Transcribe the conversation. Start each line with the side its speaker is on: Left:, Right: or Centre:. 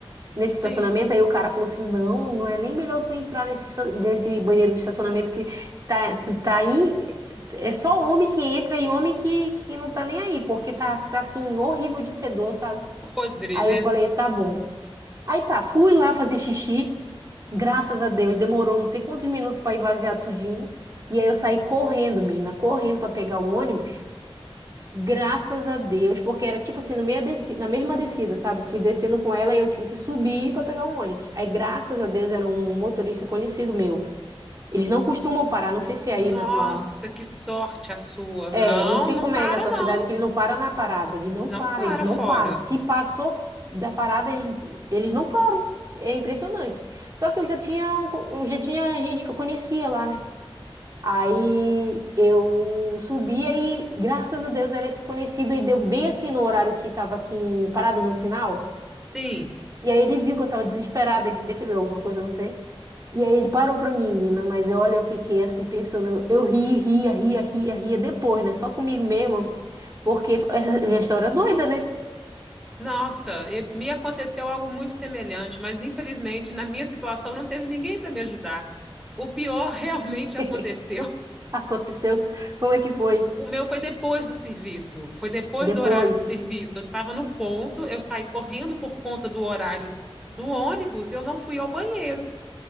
Right: Nesse
Centre: Sim,
Right: estacionamento, aí o cara falou assim: não, não é nem melhor tu entrar nesse, esta- nesse banheiro do estacionamento que tá, tá aí. É só homem que entra e homem que, que não tá nem aí, porque tá, tá assim, horrível de fedor, sabe?
Centre: podre,
Right: Aí
Centre: né?
Right: eu falei: tá bom. Aí tá, fui lá fazer xixi. Graças a Deus, demorou não sei quantos minutos para esvaziar tudinho. E aí eu saí correndo, mina, correndo para pegar o ônibus. Graças a Deus, porque era tipo assim, no meio desci- na mesma descida, sabe? Fui descendo com ela e eu tive que subir para pegar o ônibus. Aí, graças a Deus, era um motorista conhecido meu. Eles não costumam parar, não sei se
Centre: Nossa,
Right: é aí na tua
Centre: que sorte a sua.
Right: é,
Centre: Não,
Right: não sei
Centre: não
Right: como
Centre: para
Right: é na tua
Centre: não.
Right: cidade, que ele não para na parada. Ele não
Centre: Não
Right: para,
Centre: para
Right: eles não
Centre: fora.
Right: param. Se passou da parada, eles, eles não param. É impressionante. Só que eu já tinha, um co- eu já tinha gente que eu conhecia lá, né? Aí eu subia e, graças a Deus, era esse conhecido. E deu bem assim no horário que tava assim, parado no sinal.
Centre: Sim,
Right: E aí ele viu que eu tava desesperada, ele percebeu alguma coisa, eu não sei. E aí ele parou pra mim, menina, mas eu, olha, eu fiquei assim pensando, eu ri, ria, ria, ria, ria depois, né? Só comigo mesmo, porque essa é uma história é doida, né?
Centre: nossa, e- me aconteceu algo muito semelhante, mas infelizmente na minha situação não teve ninguém para me ajudar. O pior <laughs> realmente aconteceu.
Right: <laughs> Aconteceu, como é que foi?
Centre: O meu foi depois do serviço, foi depois
Right: Depois.
Centre: do horário de serviço. Eu estava no ponto, eu saí correndo por conta do horário do ônibus, eu não fui ao banheiro.